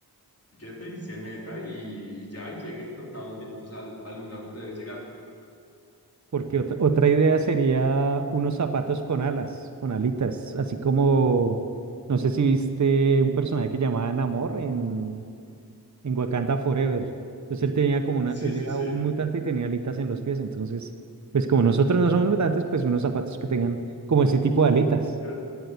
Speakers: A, on the left; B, on the right.
A: tiquete y se meta y, y ya, y llegue en contados minutos al, al lugar donde debe llegar.
B: Porque ot- otra idea sería unos zapatos con alas, con alitas, así como, no sé si viste un personaje que llamaba Namor en, en Wakanda Forever. Entonces él tenía como una,
A: Sí,
B: él
A: sí,
B: era
A: sí.
B: un mutante y tenía alitas en los pies. Entonces, pues como nosotros no somos mutantes, pues unos zapatos que tengan como ese tipo de alitas.
A: Que-